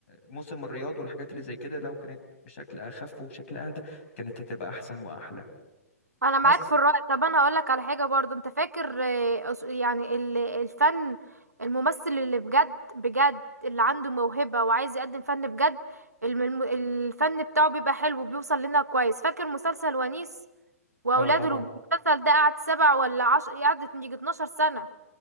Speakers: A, on the left (about 50°); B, on the right (about 80°).
A: موسم الرياض والحاجات اللي زي كده لو كانت بشكل اخف وبشكل اهدى كانت هتبقى احسن واحلى
B: انا معاك
A: بس
B: في الرأي طب انا هقول لك على حاجه برضو انت فاكر آه، أس- يعني ال- الفن الممثل اللي بجد بجد اللي عنده موهبه وعايز يقدم فن بجد الم- الم- الفن بتاعه بيبقى حلو وبيوصل لنا كويس فاكر مسلسل ونيس واولاده
A: اه طبعا
B: المسلسل ده قعد سبع ولا عشر قعدت يجي 12 سنه